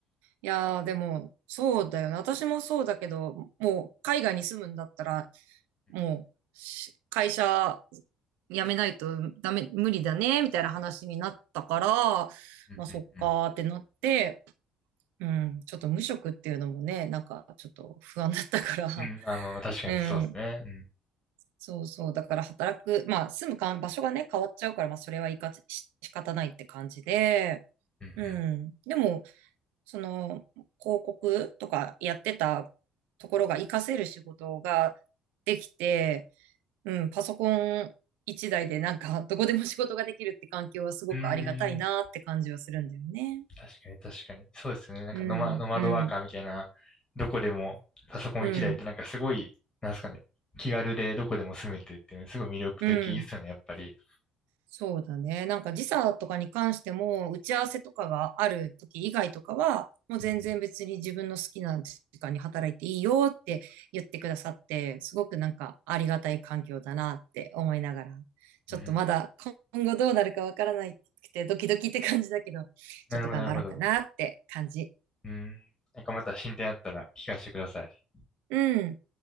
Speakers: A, on the right (about 65°); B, on the left (about 25°).
A: いやー、でも、そうだよね。私もそうだけど、もう、海外に住むんだったら、もう、
B: う
A: し会社辞めないとダメ、無理だね、みたいな話になったから、
B: ん、
A: まあ、そっかーってなって、
B: うん、うん、
A: うん、ちょっと無職っていうのもね、なんか、ちょっと不安だったから、
B: うん。うん、あ、まあまあ確かにそうですね。
A: <laughs> うん、
B: うん、
A: そうそう、だから働く、まあ、住むかん場所がね、変わっちゃうから、まあ、それはいかし仕方ないって感じで、
B: うん、
A: うん。でも、その、広告とかやってたところが活かせる仕事ができて、うん、パソコン一台でなんか、<laughs> どこでも仕事ができるって環境はすごくありがたいなって感じはするんだよね。
B: うん。うー確かに、確かに。そうですよね。なんかノマ、
A: うん、
B: ノマドワーカーみたいな、
A: うん、
B: どこでもパソコン一台ってなんかすごい、
A: うん、
B: なんですかね、気軽でどこでも住めてっていうのすごい魅力的ですよね、
A: うん。
B: やっぱり。
A: そうだね。なんか時差とかに関しても、打ち合わせとかがある時以外とかは、もう全然別に自分の好きな時間に働いていいよって言ってくださって、
B: うん
A: すごくなんかありがたい環境だなって思いながら、ちょっとまだ今後どうなるかわからないくてドキドキって感じだけど、
B: うん。うん。なるほど、
A: ちょっと頑張ろうかなって感じ。
B: なるほど。うん。なんかまた進展あったら聞かせてください。
A: うん。